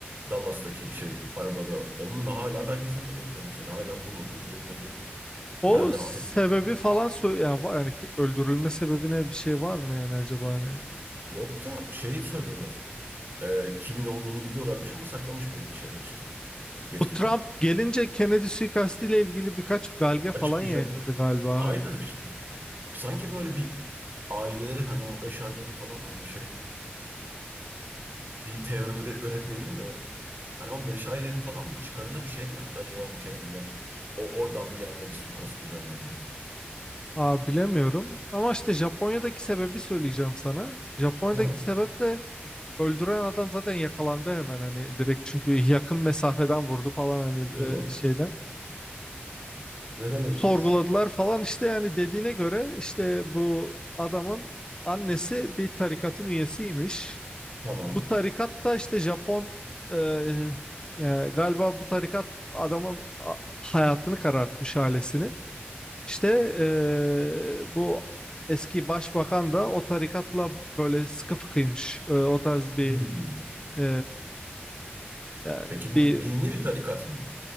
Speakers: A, on the right; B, on the left.
A: Dallas'taki şey arabada. onun da hala belgeseller yapılıyor mesela. Hala bulundu bulunmadı.
B: O
A: Nereden
B: sebebi
A: ateş etti?
B: falan sö- yani, var- yani ki öldürülme sebebine bir şey var mı yani acaba hani?
A: Yok da şeyi söylüyorlar. Ee, kimin olduğunu biliyorlarmış ama saklamış belli şeyler işte. Yetkililer.
B: Bu Trump gelince Kennedy suikastiyle ilgili birkaç belge falan
A: Açıklayacağım.
B: yayınladı galiba
A: Aynen
B: hani.
A: işte. Sanki böyle bir ailelerin hani o beş ailenin falan hani şey bir teori öğre- öğretmeyelim de hani o beş ailenin falan bir çıkarına bir şey mi yaptı acaba bu Kennedy'ler? O oradan bir anda bir suikast düzenlendi.
B: Aa, bilemiyorum ama işte Japonya'daki sebebi söyleyeceğim sana. Japonya'daki
A: Ha,
B: sebep de öldüren adam zaten yakalandı hemen hani direkt çünkü yakın mesafeden vurdu falan hani
A: tamam.
B: e, şeyden.
A: Neden öldürmüş?
B: Sorguladılar falan işte yani dediğine göre işte bu adamın annesi bir tarikatın üyesiymiş.
A: Tamam.
B: Bu tarikat da işte Japon e, yani galiba bu tarikat adamın a- hayatını karartmış ailesini. İşte e, bu eski başbakan da o tarikatla böyle sıkı fıkıymış. E, o tarz bir
A: Hmm.
B: e, yani
A: Peki bu
B: bir
A: dini bir tarikat mı?